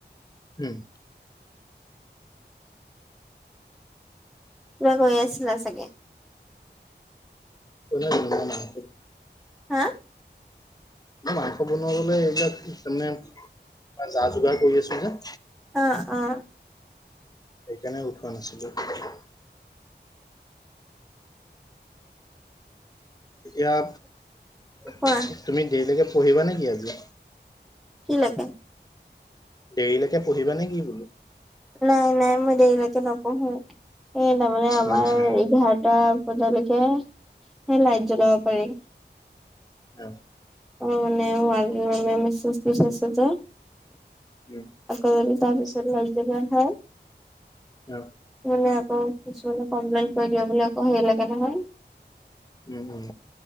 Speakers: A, on the left; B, in the centre.
A: উম',
B: পুৰা শুইৱে আছিলা চাগে',
A: কোনে ক'লে মা তোক',
B: হা',
A: মই মাংস বনাবলৈ এইবিলাক, তাৰমানে যা-যোগাৰ কৰি আছোঁ যে',
B: অহ', - অ',
A: সেইকাৰণে উঠোৱা নাছিলোঁ', এতিয়া,
B: কোৱা
A: তুমি দেৰিলৈকে পঢ়িবা নেকি আজি?
B: কি লাগে?
A: দেৰিলৈকে পঢ়িবা নে কি বোলোঁ?
B: নাই - নাই, মই দেৰিলৈকে নপঢ়োঁ, সেই তাৰমানে আমাৰ
A: উম উম
B: এঘাৰটা', এঘাৰটা লৈকে, সেই লাইট জ্বলাব পাৰি',
A: অ',
B: অ', মানে মাজো মে'মে' মেচেজ দি থৈছে যে',
A: উম',
B: আকৌ যদি তাৰপিছত লাইট জ্বলোৱা হয়',
A: অ'
B: মানে আকৌ কিছু মানে কমপ্লেইন কৰি দিব বুলি আকৌ হেই লাগে নহয়।
A: উম উম,